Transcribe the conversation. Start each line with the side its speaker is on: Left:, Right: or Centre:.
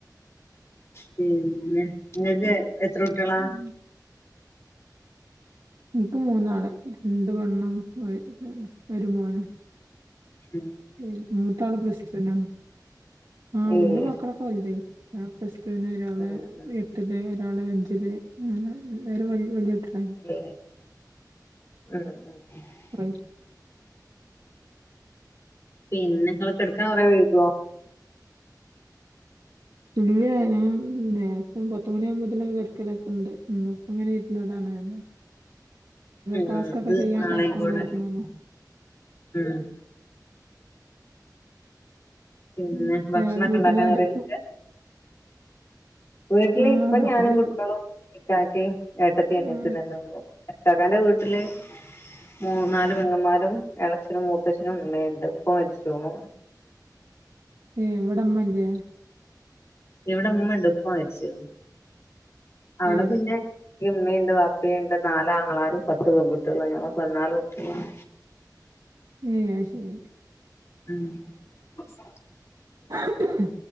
Left: പിന്നെ ഇങ്ങക്ക് എത്ര കുട്ട്യാളാ?
Right: ഉം. ഇൻക്ക് മൂന്നാള് രണ്ട് പെണ്ണം ഒ ഒര് മോനും
Left: ഉം
Right: ഉം മൂത്താള് പ്ലസ്ടൂനാണ് ആഹ്
Left: ഏഹ്
Right: ഇന്റെ മക്കളൊക്കെ വൽതായി ആഹ് പ്ലസ്ടൂന് ഒരാള്
Left: ആഹ്
Right: എ ട്ടില് ഒരാള് അഞ്ചില് അങ്ങനെ എല്ലാരും വല്ല്യ വല്ല്യ കുട്ടികളായിന്
Left: ഉം ഉ
Right: <unintelligible>
Left: പിന്നെങ്ങൾ കെടക്കാൻ കൊറേ വൈകോ?
Right: ഇല്ല ഞാൻ നേരത്തെ പത്തുമണിയാകുമ്പോത്തിനൊക്കെ കെടക്കലൊക്കെണ്ട് മ്. ഇങ്ങനെ ഇരുന്നതാണ്.
Left: ഉം
Right: ടാസ്ക്
Left: ഇത്
Right: ഒക്കെ ചെയ്യാണ്ടായ
Left: നാളെയും
Right: പ്പ അങ്ങനെ
Left: കൂടെ
Right: ഇരുന്നു
Left: ഉം പിന്നെ
Right: മ്
Left: ഭക്ഷണൊക്കെ
Right: ഏഹ് വീട്ടിലാര
Left: ഇണ്ടാക്കാൻ അറിയോ
Right: വ്
Left: ഇങ്ങക്ക് വീട്ടില്
Right: ആ
Left: ഇപ്പ
Right: വല്യ
Left: ഞാനും കുട്ടിയളും. ഇ കാക്കി ഏട്ടത്തി അനിയത്തി
Right: ആ
Left: തന്നെള്ളു ഇകാ കാന്റെ വീട്ടില്. മൂന്നാല് പെങ്ങന്മാരും ഇളച്ചനും മൂത്തച്ഛനും ഇമ്മേണ്ട് ഇപ്പ മരിച്ച് ണു
Right: ഏഹ്ഇവിടമ്മല്ലേ
Left: ഇവിടെ ഇമ്മണ്ട് ഉപ്പ മരിച്ച് ണ് അവിടെ
Right: ഏ
Left: പിന്നെ ഇമ്മിയുണ്ട് വാപ്പയുണ്ട് നാലാ ആങ്ങളാരും പത്ത് പെൺകുട്ടികള ഞങ്ങള് പതിനാല് കുട്ടിയളാണ്.
Right: ഏഹ് അയ് ശരി ടി
Left: <unintelligible> ഇപ്പൊ
Right: അല്ലാഹ്